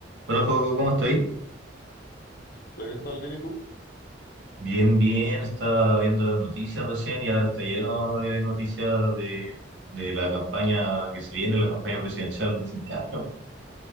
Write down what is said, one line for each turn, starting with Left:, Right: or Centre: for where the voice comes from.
Right: Hola, juego, ¿cómo estáis?
Left: ¿La Cristóbal viene tú?
Right: Bien, bien, estaba viendo las noticias recién y ahora está lleno de noticias de, de la campaña que se viene, la campaña presidencial de fin de año.